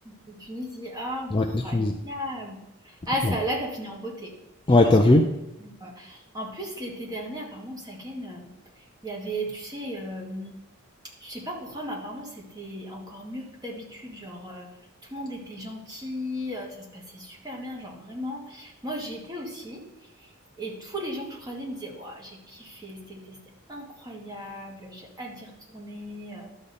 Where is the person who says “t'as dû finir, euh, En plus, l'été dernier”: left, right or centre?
Right